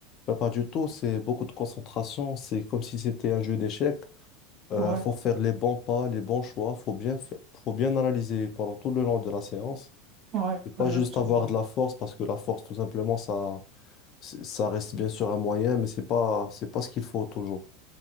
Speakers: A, on the left; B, on the right.
A: Mais pas du tout, c'est beaucoup de concentration. C'est comme si c'était un jeu d'échecs. Euh,
B: ouais,
A: faut faire les bons pas, les bons choix. Faut bien fa- faut bien analyser pendant tout le long de la séance.
B: ouais,
A: Et pas
B: ouais,
A: juste
B: absolument.
A: avoir de la force, parce que la force, tout simplement, ça, c'est- ça reste bien sûr un moyen, mais c'est pas, c'est pas ce qu'il faut toujours.